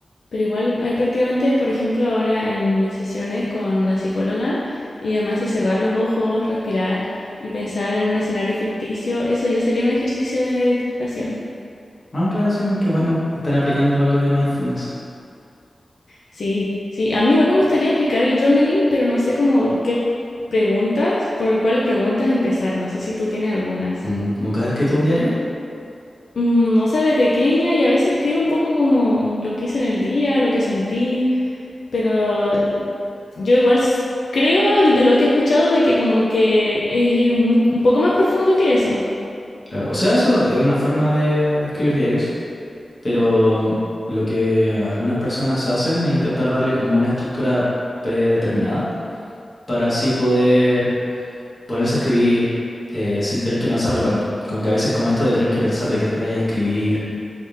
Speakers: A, on the left; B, on the left.
A: pero igual hay prácticamente, por ejemplo, ahora en mis sesiones con la psicóloga, y además de cerrar los ojos, respirar y pensar en un escenario ficticio, eso ya sería un ejercicio de meditación.
B: Ah, claro, sí, qué bueno. Están aplicando algo de mindfulness.
A: Sí, sí, a mí igual me gustaría aplicar el journaling, pero no sé cómo qué preguntas, por cuáles preguntas empezar, no sé si tú tienes algunas.
B: Mm, ¿Nunca has escrito un diario?
A: Mm, o sea, de pequeña y a veces escribo un poco como lo que hice en el día, lo que sentí, Pero eh, yo igual s- creo el de lo que he escuchado de que como que es ir mu- un poco más profundo que eso.
B: Claro, o sea, eso es una forma de escribir diarios, pero lo que algunas personas hacen es intentar darle como una estructura predeterminada para así poder ponerse a escribir eh, sin tener que pensarlo tanto. Como que a veces como esto de tener que pensar de que vayas a escribir